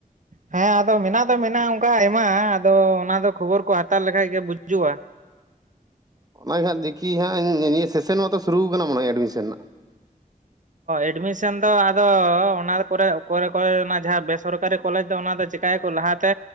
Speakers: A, on the right; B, on the right.
A: ᱦᱮᱸ ᱟᱫᱚ ᱢᱮᱱᱟᱜ ᱫᱚ ᱢᱮᱱᱟᱜᱼᱟ ᱚᱱᱠᱟ ᱟᱭᱢᱟ ᱟᱫᱚ ᱚᱱᱟ ᱫᱚ ᱠᱷᱚᱵᱚᱨ ᱠᱚ ᱦᱟᱛᱟᱣ ᱞᱮᱠᱷᱟᱡ ᱜᱮ ᱵᱩᱡᱩᱜᱼᱟ
B: ᱚᱱᱟᱜᱮ ᱦᱟᱸᱜ ᱫᱤᱠᱤ ᱦᱟᱸᱜ ᱱᱤᱭᱟᱹ ᱥᱮᱥᱚᱱ ᱢᱟᱛᱚ ᱥᱩᱨᱩ ᱠᱟᱱᱟ ᱮᱰᱢᱤᱥᱚᱱ ᱨᱮᱱᱟᱜ
A: ᱮᱰᱢᱤᱥᱚᱱ ᱫᱚ ᱟᱫᱚ ᱚᱱᱟ ᱠᱚᱨᱮ ᱠᱚᱨᱮ ᱠᱚᱨᱮ ᱨᱮᱱᱟᱜ ᱡᱟᱦᱟᱸ ᱵᱮᱥᱚᱨᱠᱟᱨᱤ ᱠᱚᱞᱮᱡᱽ ᱫᱚ ᱚᱱᱟ ᱪᱤᱠᱟᱭᱟᱠᱚ ᱞᱟᱦᱟᱛᱮ